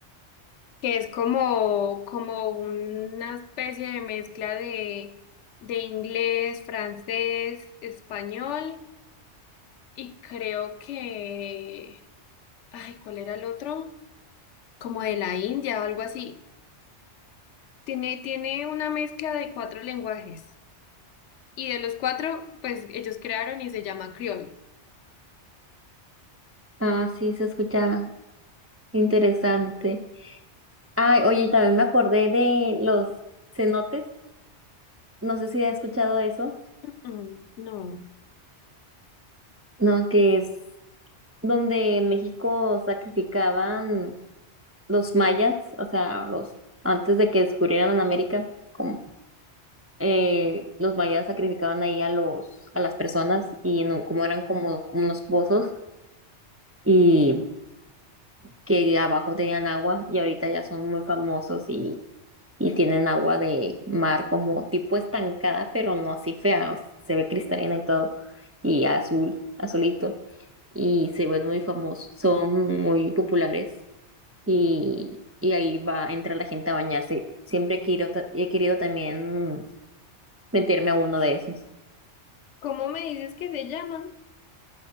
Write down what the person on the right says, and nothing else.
Ah, sí, se escucha interesante. Ay, oye, y también me acordé de los cenotes. No sé si has escuchado eso.
No, que es donde México sacrificaban los mayas, o sea, los antes de que descubrieran en América, como eh, los mayas sacrificaban ahí a los a las personas y no, como eran como, como unos pozos y que abajo tenían agua y ahorita ya son muy famosos y y tienen agua de mar como tipo estancada, pero no así fea, o sea, se ve cristalina y todo y azul, azulito. y se ven muy famosos, son muy populares y, y ahí va, entra la gente a bañarse. Siempre he querido, ta- he querido también meterme a uno de esos.